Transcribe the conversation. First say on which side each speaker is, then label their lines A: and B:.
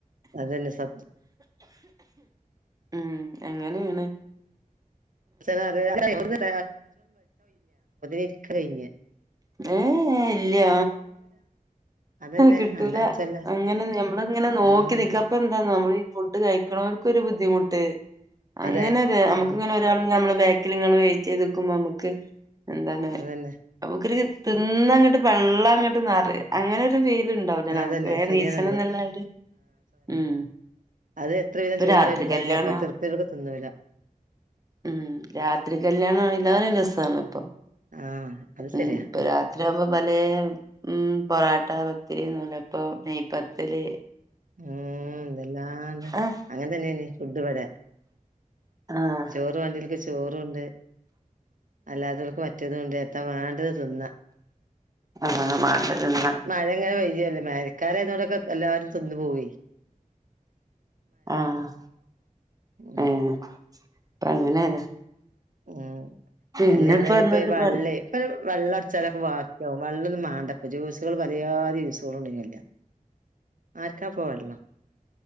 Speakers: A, on the right; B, on the right.
A: അതന്നെ സത്യം
B: ഉം എങ്ങനെയാണ്
A: <inaudible> ഇക്ക് കയിഞ്ഞ്
B: ഏഹ് ഇല്ല
A: അതന്നെ
B: കിട്ടൂല
A: അല്ലാത്തല്ല
B: അങ്ങനെ ഞമ്മളങ്ങനെ നോക്കി
A: ആഹ്
B: നിക്ക അതെന്താന്നോ നമ്മള് ഈ ഫുഡ് കഴിക്കണവർക്ക് ഒരു ബുദ്ധിമുട്ട് അങ്ങനെ
A: അതെ
B: ഒര് നമുക്ക്
A: ഉം
B: ഇങ്ങനെ ഒരാൾ നമ്മള് ബാക്കിൽ നിങ്ങൾ വെയിറ്റ് ചെയ്ത്ക്കുമ്പോ നമുക്ക് എന്താണ്
A: അതന്നെ
B: നമുക്കൊരു തിന്നങ്ങോട്ട് പള്ള അങ്ങോട്ട് നെറയ് അങ്ങനെ ഒരു ഫീലുണ്ടാവില്ല നമുക്ക്
A: അതന്നെ
B: വേഗം
A: ശരിയാണത്
B: ണീച്ചണം എന്നുള്ള ഒരു ഉം
A: അതെ എത്ര വിധം
B: ഇപ്പൊ
A: ചോറുണ്ടായാലും
B: രാത്രി
A: കാര്യല്ല
B: കല്യാണാ
A: അപ്പോ തൃപ്തിയോടെ തിന്നൂല്ല
B: ഉം രാത്രി കല്യാണം ആണേ എല്ലാവരും രസാണ് ഇപ്പൊ
A: ആഹ് അത്
B: ഉം
A: ശരിയാ
B: ഇപ്പൊ രാത്രിയാമ്പോ പലേ ഉം പൊറാട്ട എറച്ചി നൂലപ്പം നെയ്പത്തിരി
A: ഉം എന്തെല്ലാണ്ട്
B: ആഹ്
A: അങ്ങനെ തന്നെയാനി ഫുഡ് ഇവടെ
B: ആഹ്
A: ചോറ് വേണ്ടിയവർക്ക് ചോറുണ്ട് അല്ലാത്തവർക്ക് മറ്റേതും ഉണ്ട് എന്താ വേണ്ടത് തിന്ന
B: ആഹ് മാണ്ട തിന്നാ
A: മഴങ്ങനെ വെയ് യല്ലേ മേരിക്കാരതോടൊക്കെ എല്ലാവരും തിന്നു പോയി
B: ആഹ്
A: ഉം
B: ഏഹ് അപ്പോ അങ്ങനെയാണ്
A: ഉം
B: പിന്നെ
A: കല്യാണ
B: ഇപ്പ പറഞ്ഞത്
A: ഇനിപ്പയീ വള്ളി
B: പറ
A: വെള്ളം അടിച്ചാലൊക്കെ വാക്കിയാവും വെള്ളൊന്നും വാണ്ടപ്പോ ജ്യൂസുകൾ പല ജാതി ജ്യൂസുകൾ ഉണ്ടേനി ആർക്കാപ്പോ വെള്ളം